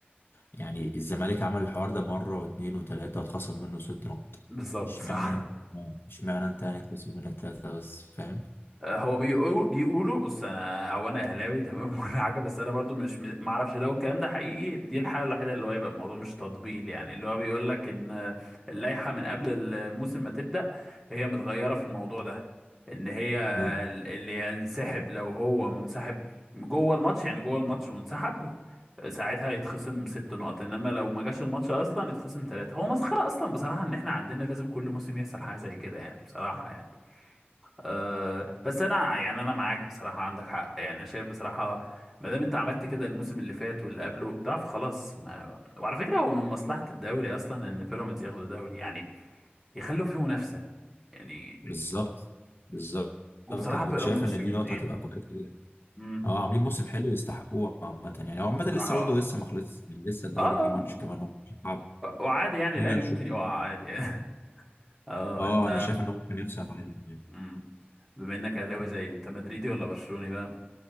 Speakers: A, on the left; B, in the centre.
A: يعني الزمالك عمل الحوار ده مرة واتنين وتلاتة واتخصم منه ست نقط
B: بالظبط
A: اشمعنى
B: صح
A: اه، اشمعنى انت يعني اتخصم منك تلاتة بس فاهم
B: آه، هو بيقول بيقولوا بص انا هو انا اهلاوي <laughs> تمام وكل حاجه بس انا برضو مش ما اعرفش لو الكلام ده حقيقي دي الحاله الوحيده اللي هو يبقى الموضوع مش تطبيل يعني اللي هو بيقول لك ان آه، اللائحه من قبل الموسم ما تبدا هي متغيره في الموضوع ده ان هي
A: اه
B: ال- اللي هينسحب لو هو منسحب جوه الماتش يعني جوه الماتش وانسحب آه، ساعتها يتخصم ست نقط انما لو ما جاش الماتش اصلا يتخصم ثلاثه هو مسخره اصلا بصراحه ان احنا عندنا لازم كل موسم يحصل حاجه زي كده يعني بصراحه يعني أه بس انا يعني انا معاك بصراحه عندك حق يعني شايف بصراحه ما دام انت عملت كده الموسم اللي فات واللي قبله وبتاع فخلاص ما... وعلى فكره هو من مصلحه الدوري اصلا ان بيراميدز ياخدوا دوري يعني يخلوا فيه منافسه يعني
A: بالظبط بالظبط
B: وبصراحه
A: انا
B: بيراميدز
A: كنت شايف ان
B: شايف
A: دي
B: جامدين
A: نقطة هتبقى كويسة
B: امم
A: اه عاملين موسم حلو يستحقوه عامة يعني هو عامة
B: بصراحه
A: لسه
B: اه
A: برضه لسه ما خلصش يعني لسه الدوري
B: آه.
A: فيه ماتش كمان وممكن يلعب
B: آه. وعادي يعني
A: لينا
B: الاهلي
A: نشوف
B: ممكن يقع عادي يعني <laughs> اه
A: اه
B: انت
A: انا شايف انه ممكن يكسب عادي كمان
B: مم. بما انك اهلاوي زي انت مدريدي ولا برشلوني بقى